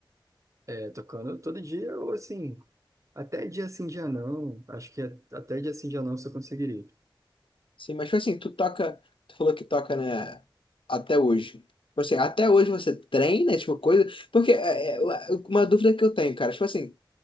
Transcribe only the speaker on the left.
Sim, mas tipo assim, tu toca, tu falou que toca, né, até hoje. Tipo assim, até hoje você treina, tipo, coisa. Porque é, é, uma dúvida que eu tenho, cara, tipo assim.